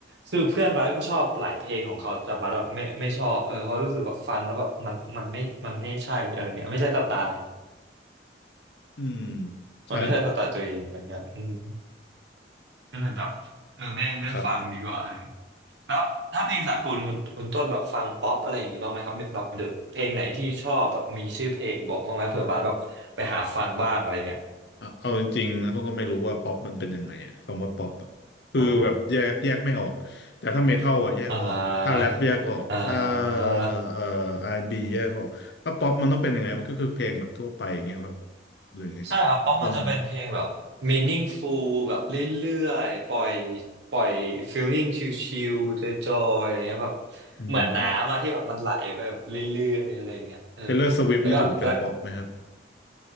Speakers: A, on the right; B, on the left.
A: คือเพื่อนบัสก็ชอบหลายเพลงของเขาแต่บัสอะไม่ไม่ชอบเออเพราะรู้สึกแบบฟังแล้วแบบมันมันไม่มันไม่ใช่อะไรเงี้ยไม่ใช่สไตล์
B: อืมใช่
A: มันไม่ใช่สไตล์ตัวเองอะไรเงี้ยอืมก็เลยแบบเออไม่ไม่ฟังดีกว่าอะไรเงี้ย
B: ครับ
A: แล้วถ้าเพลงสากลคุณคุณต้นแบบฟังป๊อปอะไรอย่างงี้บ้างไหมครับแบบหรือเพลงไหนที่ชอบแบบมีชื่อเพลงบอกบ้างไหมเผื่อบัสแบบไปหาฟังบ้างอะไรเงี้ย
B: เอาเอาจริงๆนะต้องก็ไม่รู้ว่าป๊อปมันเป็นยังไงอะคำว่าป๊อปอะคือแบบแยกแยกไม่ออกแต่ถ้าเมทัลอะแยกออกถ้าแรปแยกออกถ้า
A: อ๋อ อ่าอ่า
B: เอ่อ R&B แอนด์บีแยกออกถ้าป๊อปมันต้องเป็นยังไงมันก็คือเพลงแบบทั่วไปอย่างเงี้ยครับหรือไง
A: ใช่ครับเพราะมันจะเป็นเพลงแบบ
B: ลอง
A: meaningful แบบเรื่อยๆปล่อยปล่อย feeling ชิลๆจอยๆอะไรเงี้ยแบบ
B: อืม
A: เหมือนน้ำอะที่แบบมันไหลไปแบบเรื่อยๆอะไรเงี้ยเออ
B: Taylor Swift
A: แล้วก็แล้ว
B: นี่ถือว่าเป็นป๊อปไหมครับ